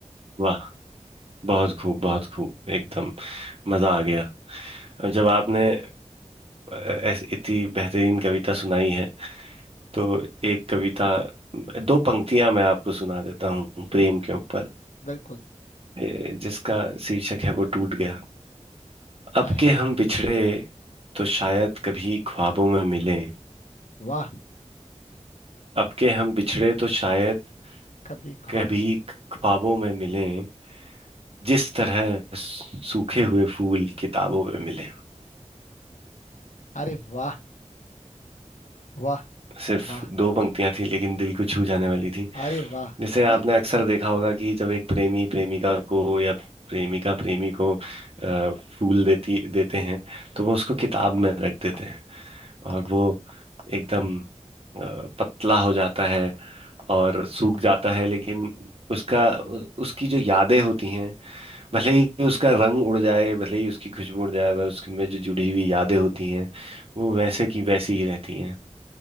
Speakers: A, on the right; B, on the left.
A: वाह बहुत खूब बहुत खूब एकदम मजा आ गया और जब आपने अ, ऐस- इतनी बेहतरीन कविता सुनाई है तो एक कविता दो पंक्तियां मैं आपको सुना देता हूँ प्रेम के ऊपर
B: बिल्कुल
A: ए, जिसका शीर्षक है वो टूट गया अब
B: आय हाय
A: के हम बिछड़े तो शायद कभी ख्वाबों में मिलें
B: वाह
A: अब के हम बिछड़े तो शायद
B: कभी ख्वाबों
A: कभी
B: में-
A: ख्वाबों में मिलें जिस तरह सू- सूखे हुए फूल किताबों में मिले
B: अरे वाह वाह
A: सिर्फ
B: वाह
A: दो पंक्तियां थी लेकिन दिल को छू जाने वाली थी
B: अरे वाह
A: जैसे आपने
B: ये
A: अक्सर देखा होगा कि जब एक प्रेमी प्रेमिका को या प्रेमिका प्रेमी को अ, फूल देती देते हैं तो वो उसको किताब में रख देते हैं और वो एकदम अ, पतला हो जाता है और सूख जाता है लेकिन उसका उ- उसकी जो यादें होती हैं भले ही उसका रंग उड़ जाए भले ही उसकी खुशबू उड़ जाए पर उसके में जो जुड़ी हुई यादें होती हैं वो वैसे की वैसी ही रहती हैं